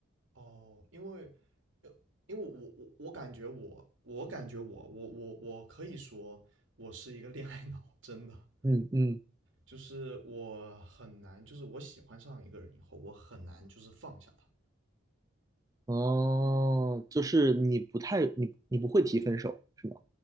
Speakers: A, on the right; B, on the right.
A: 哦，因为因为我我我感觉我我感觉我我我我可以说我是一个恋爱脑，真的，
B: 嗯嗯，
A: 就是我很难，就是我喜欢上一个人以后，我很难就是放下他。
B: 哦，就是你不太，你你不会提分手，是吗？